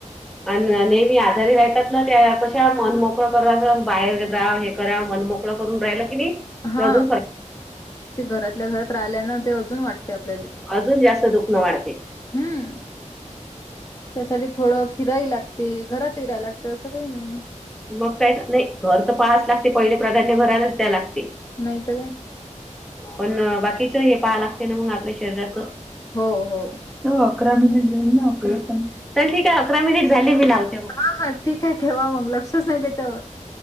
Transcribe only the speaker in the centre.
अ नेहमी आजारी राहतात ना, त्या कशा मन मोकळं कराच अस बाहेर जा हे जरा मनमोकळ करून राहिला कि नाही ते
अजून फर
अजून जास्त दुखनं वाढते.
मग काय नाही घर तर पहाच लागते पहिले प्राधान्य घरालाच द्या लागते.
पण बाकीच हे पाहा लागते ना, हे मग आपल्या शरीराचं.
हो अकरा मिनिट झाली ना आकरा पण, चल ठीक आहे अकरा मिनिट झाले मी लावतो.